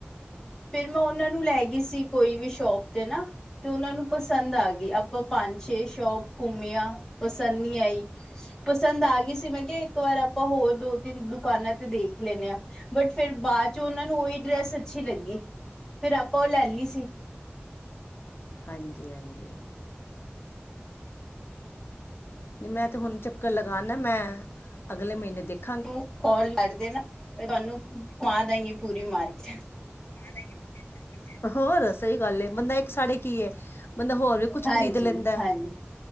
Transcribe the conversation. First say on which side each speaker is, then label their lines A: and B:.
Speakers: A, on the left (about 15°); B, on the left (about 70°).
A: ਫਿਰ ਮੈਂ ਉਹਨਾਂ ਨੂੰ ਲੈ ਗਈ ਸੀ ਕੋਈ ਵੀ ਸ਼ੋਪ ਤੇ ਨਾ ਤੇ ਉਹਨਾਂ ਨੂੰ ਪਸੰਦ ਆ ਗਈ ਆਪਾਂ ਪੰਜ-ਛੇ ਸ਼ੋਪ ਘੁੰਮਿਆ ਪਸੰਦ ਨ੍ਹੀਂ ਆਈ। ਪਸੰਦ ਆ ਗਈ ਸੀ ਮੈਂ ਕਿਹਾ ਇੱਕ ਵਾਰ ਆਪਾਂ ਹੋਰ ਦੋ-ਤਿੰਨ ਦੁਕਾਨਾਂ ਤੇ ਦੇਖ ਲੈਂਣੇ ਆਂ। ਬਟ ਫੇਰ ਬਾਅਦ ਚ ਉਹਨਾਂ ਨੂੰ ਉਹੀ ਡਰੈਸ ਅੱਛੀ ਲੱਗੀ ਫੇਰ ਆਪਾਂ ਉਹ ਲੈ ਲਈ ਸੀ।
B: ਹਾਂਜੀ ਹਾਂਜੀ। ਨਈਂ ਮੈਂ ਤੇ ਹੁਣ ਚੱਕਰ ਲਗਾ ਨਾ ਮੈਂ, ਅਗਲੇ ਮਹੀਨੇ ਦੇਖ
A: ਤ ਕਾਲ ਕਰਦੇ ਨਾ, ਤੁਹਾਨੂੰ ਕਮਾ ਦਾਂਗੀ ਪੂਰੀ ਮਾਰਕੇਟ
B: <unintelligible> ਹੋਰ ਸਹੀ ਗੱਲ ਏ, ਬੰਦਾ ਇੱਕ ਸਾਡੇ ਕੀ ਐ ਬੰਦਾ ਹੋਰ ਵੀ ਕੁਛ
A: ਹਾਂਜੀ
B: ਖਰੀਦ ਲੈਂਦਾ।
A: ਹਾਂਜੀ